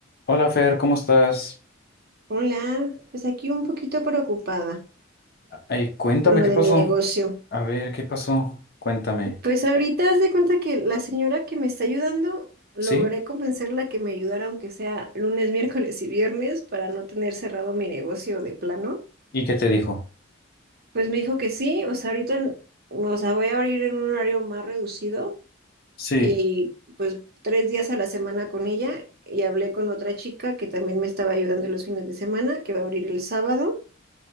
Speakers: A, on the left; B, on the right.
A: Hola Fer, ¿cómo estás?
B: Hola, pues aquí un poquito preocupada
A: Ay, cuéntame
B: con lo
A: qué
B: de
A: pasó.
B: mi negocio.
A: A ver, ¿qué pasó? Cuéntame.
B: Pues ahorita haz de cuenta que la señora que me está ayudando, logré
A: ¿Sí?
B: convencerla que me ayudara aunque sea lunes, <laughs> miércoles y viernes para no tener cerrado mi negocio de plano.
A: ¿Y qué te dijo?
B: Pues me dijo que sí, o sea, ahorita, en- o sea, voy a abrir en un horario más reducido
A: Sí.
B: y pues tres días a la semana con ella y hablé con otra chica que también me estaba ayudando los fines de semana, que va a abrir el sábado.